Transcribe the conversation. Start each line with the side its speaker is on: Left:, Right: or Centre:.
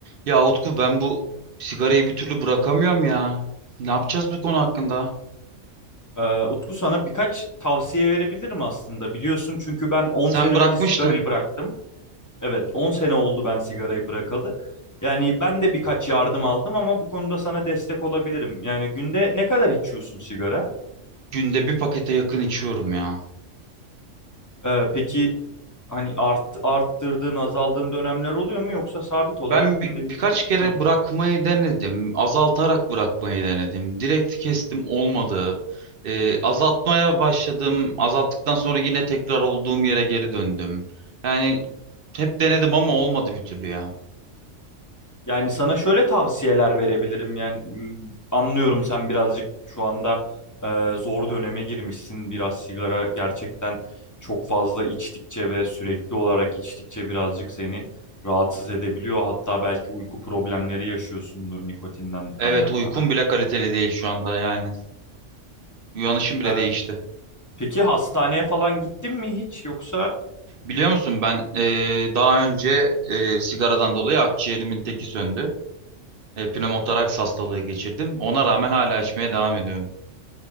Right: Ya Utku ben bu sigarayı bir türlü bırakamıyorum ya. Ne yapacağız bu konu hakkında?
Left: Ee, Utku sana birkaç tavsiye verebilirim aslında. Biliyorsun çünkü ben 10
Right: Sen
Left: sene
Right: bırakmıştın.
Left: önce sigarayı bıraktım. Evet, 10 sene oldu ben sigarayı bırakalı. Yani ben de birkaç yardım aldım ama bu konuda sana destek olabilirim. Yani günde ne kadar içiyorsun sigara?
Right: Günde bir pakete yakın içiyorum ya.
Left: Ee, peki hani art, arttırdığın, azaldığın dönemler oluyor mu yoksa sabit olarak
Right: Ben bir,
Left: günde
Right: birkaç
Left: bir paket
Right: kere
Left: içiyor
Right: bırakmayı denedim. Azaltarak bırakmayı denedim. Direkt kestim olmadı. Ee, azaltmaya başladım. Azalttıktan sonra yine tekrar olduğum yere geri döndüm. Yani hep denedim ama olmadı bir türlü ya.
Left: Yani sana şöyle tavsiyeler verebilirim. Yani m, anlıyorum sen birazcık şu anda e, zor döneme girmişsin. Biraz sigara gerçekten çok fazla içtikçe ve sürekli olarak içtikçe birazcık seni rahatsız edebiliyor. Hatta belki uyku problemleri yaşıyorsundur nikotinden kaynaklanan.
Right: Evet uykum bile kaliteli değil şu anda yani. Uyanışım bile
Left: E,
Right: değişti.
Left: peki hastaneye falan gittin mi hiç yoksa
Right: Biliyor musun ben eee, daha önce eee, sigaradan dolayı akciğerimin teki söndü. E, pnömotoraks hastalığı geçirdim. Ona rağmen hala içmeye devam ediyorum.